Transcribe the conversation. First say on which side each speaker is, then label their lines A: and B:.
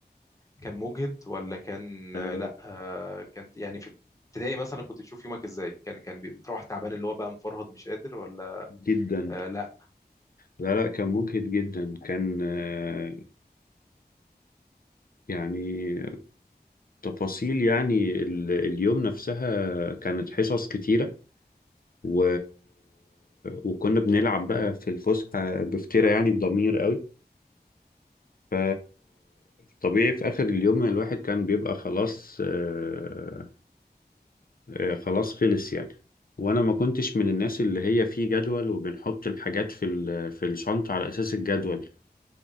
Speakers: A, on the left; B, on the left.
A: كان مجهد ولا كان
B: آه،
A: آه، لا آه، كان يعني في ابتدائي مثلا كنت بتشوف يومك ازاي كان كان بي- بتروح تعبان اللي هو بقى مفرهد مش قادر ولا
B: جدا
A: آه لا
B: لا لا كان مجهد جدا كان آه، يعني تفاصيل يعني ال- اليوم نفسها كانت حصص كتيرة و... وكنا بنلعب بقى في الفسحة بفترة يعني بضمير قوي ف طبيعي في آخر اليوم الواحد كان بيبقى خلاص آه، آه، خلاص خلص يعني وأنا ما كنتش من الناس اللي هي في جدول وبنحط الحاجات في ال... في الشنطة على أساس الجدول